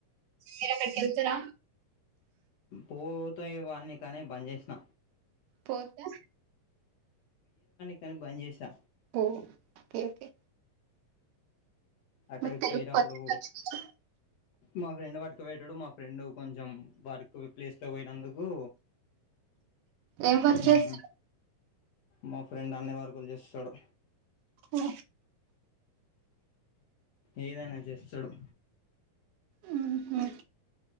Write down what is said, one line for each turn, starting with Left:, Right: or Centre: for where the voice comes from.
Right: మిరక్కడి కెల్తరా
Left: పోతయ వాన్నీ కానీ బంజేసిన
Right: పోత
Left: కాని బంద్ చేసా
Right: ఓ కే ఓకే
Left: అక్కడికి
Right: మీకు తెలుగు
Left: పోయినప్పుడు
Right: కొంచెం వచ్చు కదా
Left: మా ఫ్రెండ్ వాట్ పెట్టుడు మా ఫ్రెండ్ కొంచెం వర్క్ ప్లేస్ లో పోయినందుకు
Right: ఏం ఫర్
Left: మ్
Right: చేసడు
Left: మా ఫ్రెండ్ అన్ని వరకులు చేస్తాడు
Right: ఓ
Left: ఏదైనా చేస్తడు
Right: ఉహు